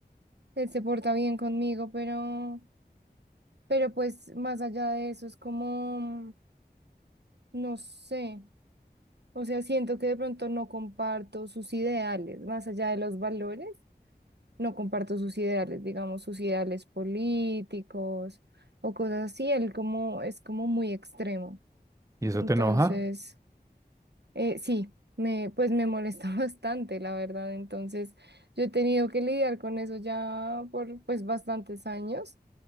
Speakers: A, on the right (about 90°); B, on the right (about 20°).
A: él se porta bien conmigo, pero, pero pues más allá de eso es como, no sé. O sea, siento que de pronto no comparto sus ideales, más allá de los valores, no comparto sus ideales, digamos, sus ideales políticos o cosas así. Él como es como muy extremo.
B: y eso
A: Entonces,
B: te enoja.
A: eh, sí, me, pues me molesta <laughs> bastante, la verdad. Entonces, yo he tenido que lidiar con eso ya por pues bastantes años